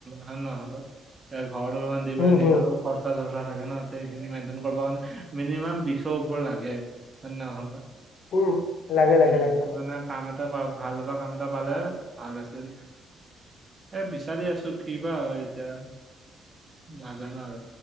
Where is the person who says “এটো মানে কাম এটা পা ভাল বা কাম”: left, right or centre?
Right